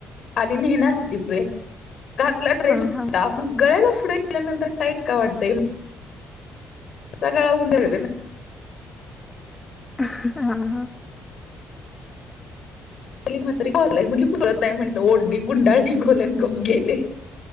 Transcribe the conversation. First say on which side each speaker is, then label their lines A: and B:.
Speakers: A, on the left (about 60°); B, on the left (about 20°).
A: आणि नेणार होती प्रेत घातला ड्रेस
B: हा हा
A: गळ्याला पुढे गेल्यानंतर टाईट का वाटतय त्याचा गळा राहिला ना
B: हा हा
A: ग मात्र कोरलाय म्हणजे कोरत नाही म्हण ओढणी गुंडाळी गोलन गप गेले